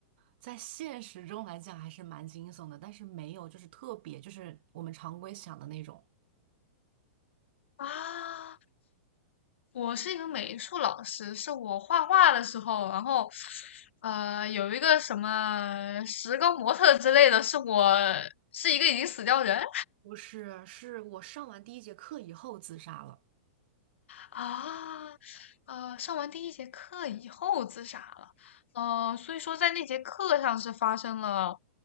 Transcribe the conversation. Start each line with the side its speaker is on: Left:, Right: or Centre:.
Right: 在现实中来讲还是蛮惊悚的，但是没有就是特别就是我们常规想的那种。
Left: 啊，我是一个美术老师，是我画画的时候，然后，呃，有一个什么石膏模特之类的，是我是一个已经死掉人
Right: 不是，是我上完第一节课以后自杀了。
Left: 啊，呃，上完第一节课以后自杀了，呃，所以说在那节课上是发生了